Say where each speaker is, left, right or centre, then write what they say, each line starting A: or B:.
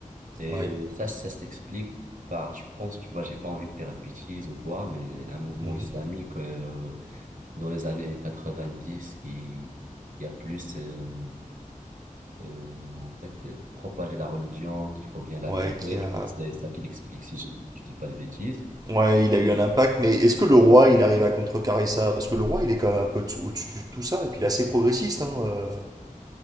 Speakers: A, on the right; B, on the right.
A: Et
B: Ouais.
A: ça, ça s'explique par, je pense, tu vois, j'ai pas envie de dire de bêtises ou quoi, mais un mouvement
B: mhm.
A: islamique euh, dans les années 90 qui, il y a plus, euh, euh, en fait, euh, propager la religion, qu'il faut bien l'appliquer.
B: Ouais, qui a...
A: Je pense que c'est ça qui l'explique si je dis, je dis pas de bêtises.
B: ouais, il a eu
A: Mm.
B: un impact, mais est-ce que le roi, il arrive à contrecarrer ça? Parce que le roi, il est quand même un peu au- au-dessus de tout ça, et puis il est assez progressiste, hein, euh.